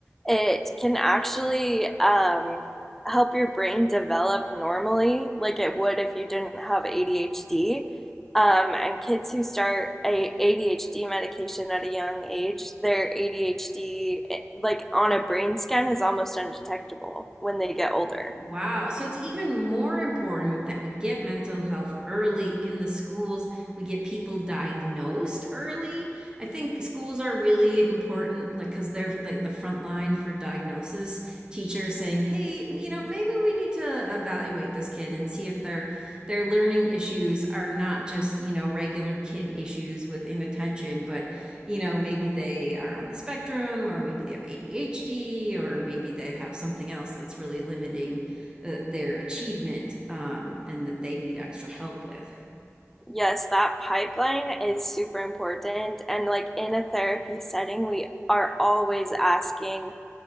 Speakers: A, in the centre; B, on the right.
A: it can actually um, help your brain develop normally, like it would if you didn't have ADHD. Um, and kids who start a ADHD medication at a young age, their ADHD, like on a brain scan, is almost undetectable when they get older.
B: Wow. So it's even more important that we get mental health early in the schools. We get people diagnosed early. I think schools are really important, like, because they're like the front line for diagnosis. Teachers saying, "Hey, you know, maybe we need to evaluate this kid and see if their their learning issues are not just you know regular kid issues with inattention, but you know maybe they are on the spectrum, or maybe they have ADHD, or maybe they have something else that's really limiting." uh, their achievement um, and that they need extra help with.
A: Yes, that pipeline is super important. And like in a therapy setting, we are always asking